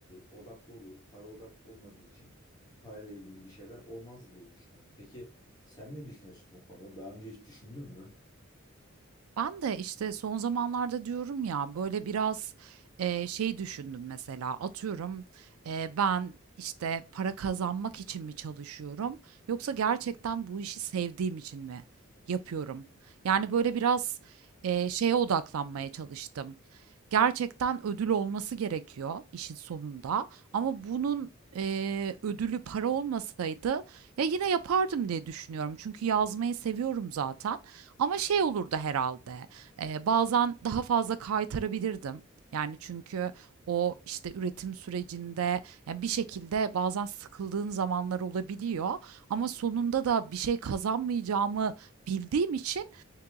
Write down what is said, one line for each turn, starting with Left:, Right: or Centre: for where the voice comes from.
Left: odaklı olurdu. Para odak olmadığı için e, parayla ilgili bir şeyler olmazdı diye düşünüyorum. Peki sen ne düşünüyorsun bu konuda? Daha önce hiç düşündün mü?
Right: Ben de işte son zamanlarda diyorum ya böyle biraz eee, şey düşündüm mesela atıyorum eee, ben işte para kazanmak için mi çalışıyorum yoksa gerçekten bu işi sevdiğim için mi yapıyorum? Yani böyle biraz eee, şeye odaklanmaya çalıştım. Gerçekten ödül olması gerekiyor işin sonunda ama bunun eee, ödülü para olmasaydı ya yine yapardım diye düşünüyorum. Çünkü yazmayı seviyorum zaten. Ama şey olurdu herhalde. eee, bazen daha fazla kaytarabilirdim. Yani, çünkü o, işte, üretim sürecinde, ya, bir şekilde bazen sıkıldığın zamanlar olabiliyor ama sonunda da bir şey kazanmayacağımı bildiğim için